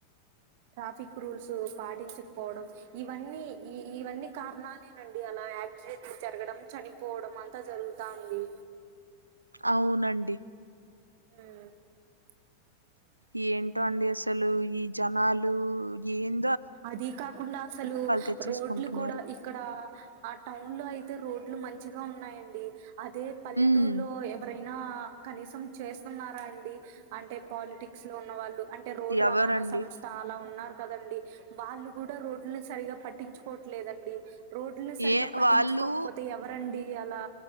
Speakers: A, on the right; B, on the right.
A: ట్రాఫిక్ రూల్స్ పాటించకపోవడం ఇవన్నీ ఈ ఇవన్నీ కారణాలే అండి అలా యాక్సిడెంట్లు జరగడం చనిపోవడం అంతా జరుగుతాంది
B: అవునండి
A: మ్
B: ఈ ఎంటో అండి అసలు ఈ జనాలు ఏం
A: అది కాకుండా అసలు
B: తెచ్చేసుకుంటున్నారు
A: రోడ్లు కూడా ఇక్కడ ఆ టౌన్ లో అయితే రోడ్లు మంచిగా ఉన్నాయండి అదే పల్లెటూరులో
B: ఉమ్
A: ఎవరైనా కనీసం చేస్తున్నారా అండి అంటే పాలిటిక్స్ లో ఉన్న వాళ్ళు అంటే రోడ్
B: ఎవరండి
A: రవాణా సంస్థ అలా ఉన్నారు కదండి వాళ్ళు కూడా రోడ్లను సరిగా పట్టించుకోవట్లేదండి రోడ్లని సరిగా
B: ఏ
A: పట్టించుకోకపోతే
B: వాళ్ళు
A: ఎవరండి అలా